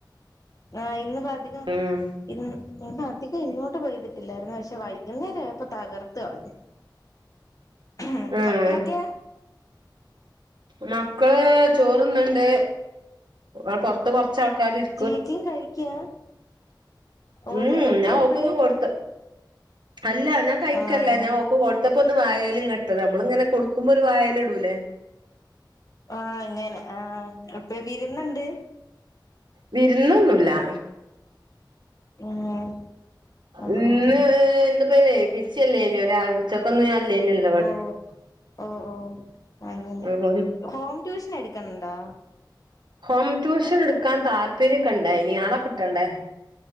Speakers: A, on the left; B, on the right.
A: ആഹ് ഇന്ന്പ്പ അധികം
B: ഉം
A: ഇന്ന ഇന്നധികം ഇങ്ങോട്ട് പെയ്തിട്ടില്ലാര്ന്നു പക്ഷെ വൈന്നേരം ആയപ്പോ തകർത്ത്കളഞ്ഞു. ഏഹ്
B: ഉം
A: മക്കളൊക്കെയാ?
B: മക്കള് ചോറ്ണ്ണ്ണ്ട് പൊറത്ത് കൊറച്ചാൾക്കാര് ഇരി
A: ചേച്ചിം കഴിക്കാ? ഓ
B: ഉം
A: തിരക്കാ
B: ഞാൻ
A: അപ്പഴ്
B: ഓക്ക്ക്കെ കൊട്ത്ത് അല്ല ഞാൻ കഴിക്കല്ല
A: ആഹ്
B: ഞാൻ ഓക്ക് കൊട് ടപ്പോന്ന് വായേല് ഇങ്ങ്ട്ടതാ നമ്മളിങ്ങനെ കൊട്ക്കുമ്പോ ഒരു വായേല് ഇടൂലേ?
A: ആഹ് അങ്ങനെ ആഹ് അപ്പ വിര്ന്ന്ണ്ട്
B: വിര്ന്നൊന്നുല്ല.
A: ഉം ആഹ്
B: ഇന്ന്
A: ആഹ് ആഹ്
B: ഇന്ന്പ്പന് എ ബി സി അല്ലായ്നോ രാവിൽത്തെക്കൊന്നും ഞാൻ ല്ലായിനല്ലോ
A: ഓഹ് ഓഹ് ഓഹ് അങ്ങനെ
B: ഇവിടെ
A: ഹോം ട്യൂഷൻ എട്ക്കണ് ണ്ടോ?
B: ഹോം ട്യൂഷൻ എട്ക്കാൻ താൽപര്യംക്കെണ്ടായ്നി ആളെ കിട്ടണ്ടേ?